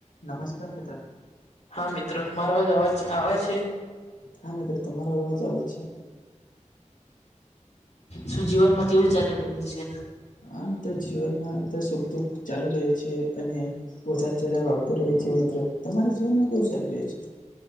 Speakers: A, on the left; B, on the left.
A: નમસ્કાર મિત્ર
B: હા મિત્ર મારો અવાજ આવે છે.
A: હા મિત્રો તમારો અવાજ આવે છે.
B: શું જીવનમાં કેવું ચાલી રહ્યું છે.
A: આમ તો જીવનમાં તો સુખ દુઃખ ચાલુ રહે છે અને ઉતાર ચઢાવ આવતો રહેયો છે મિત્ર તમારા જીવનમાં કેવું ચાલુ રયુ છે.